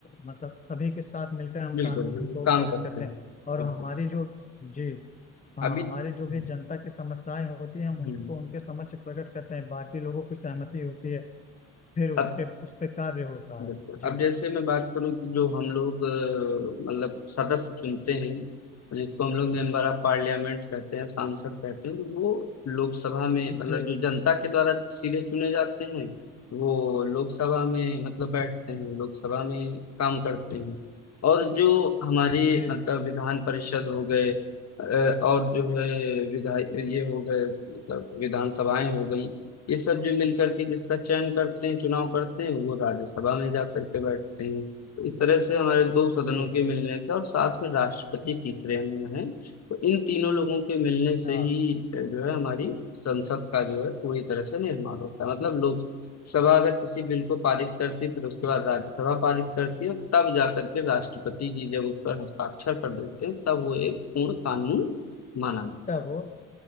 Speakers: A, on the left; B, on the left.
A: मतलब सभी के साथ मिलकर हम
B: बिल्कुल
A: कानून
B: बिल्कुल
A: को
B: काम
A: पारित
B: करते
A: करते
B: हैं
A: हैं और
B: बिल्कुल
A: हमारी जो जी हाँ
B: अभी
A: हमारी
B: हम्म,
A: जो भी जनता की समस्याएं होती हैं हम
B: बिल्कुल
A: उनको उनके समक्ष प्रकट करते हैं बाकी लोगों की सहमति होती है फिर उसके
B: अब
A: उस पे कार्य होता
B: बिल्कुल
A: है जी
B: अब जैसे मैं बात करूं कि जो हम लोग अ, मतलब सदस्य चुनते हैं जिसको हम लोग मेंबर ऑफ पार्लियामेंट कहते हैं सांसद कहते हैं तो वो लोकसभा में मतलब
A: जी
B: जो जनता के द्वारा सीधे चुने जाते हैं वो लोकसभा में मतलब बैठते हैं लोकसभा में काम करते हैं और जो हमारी
A: जी
B: मतलब विधान परिषद हो गए अ, और जो है विधायक ये हो गए मतलब विधानसभाएं हो गई ये सब जो मिलकर के जिसका चयन करते हैं चुनाव करते हैं वो राज्यसभा में जाकर के बैठते हैं तो इस तरह से हमारे दो सदनों
A: जी
B: के
A: जी
B: मिलने से और साथ में राष्ट्रपति तीसरे में है तो इन तीनों लोगों के मिलने से
A: हाँ
B: ही अ, जो है हमारी संसद का जो है पूरी तरह से निर्माण होता है मतलब लोकसभा अगर किसी बिल को पारित करती है फिर उसके बाद राज्यसभा पारित करती है और तब जाकर के राष्ट्रपति जी जब उस पर हस्ताक्षर कर देते हैं तब वो एक पूर्ण कानून माना जाता
A: तब
B: है